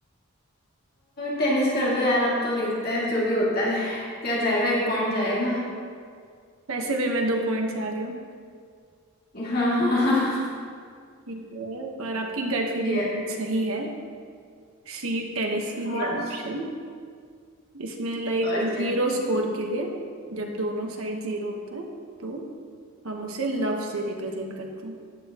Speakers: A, on the left; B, on the right.
A: टेनिस कर दो यार अब तो देखते हैं जो भी होता है <laughs> क्या जाएगा एक पॉइंट जाएगा
B: वैसे भी मैं दो पॉइंट से आगे हूँ
A: <laughs> हाँ हाँ हाँ,
B: ठीक है पर आपकी गट फीलिंग
A: ये
B: बहुत सही है सी टेनिस ही
A: हाथ
B: है ऑप्शन इसमें लाइक
A: और ये
B: जीरो स्कोर के लिए जब दोनों साइड जीरो होता है तो हम उसे लव से रिप्रेजेंट करते हैं